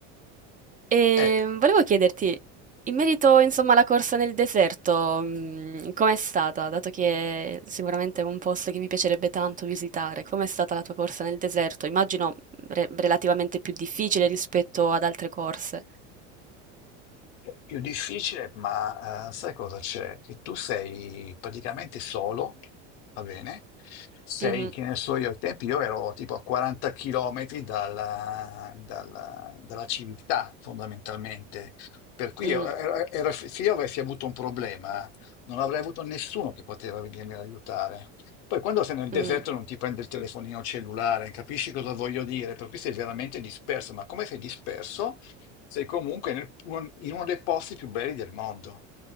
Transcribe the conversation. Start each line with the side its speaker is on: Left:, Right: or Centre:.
Right: E
Left: È
Right: volevo chiederti, in merito, insomma, alla corsa nel deserto, mm, com'è stata? Dato che sicuramente è un posto che mi piacerebbe tanto visitare, com'è stata la tua corsa nel deserto? Immagino re- relativamente più difficile rispetto ad altre corse.
Left: più difficile, ma eh, sai cosa c'è? Che tu sei praticamente solo, va bene? Sei,
Right: Mhm,
Left: che ne so io, ai tempi io ero tipo a 40 km dalla, dalla- dalla civiltà, fondamentalmente. Per cui
Right: mm,
Left: io- era- era- se io avessi avuto un problema, non avrei avuto nessuno che poteva venirmi ad aiutare. Poi quando sei nel deserto
Right: mm,
Left: non ti prende il telefonino cellulare, capisci cosa voglio dire? Per cui sei veramente disperso, ma come sei disperso? Sei comunque nel- un- in uno dei posti più belli del mondo.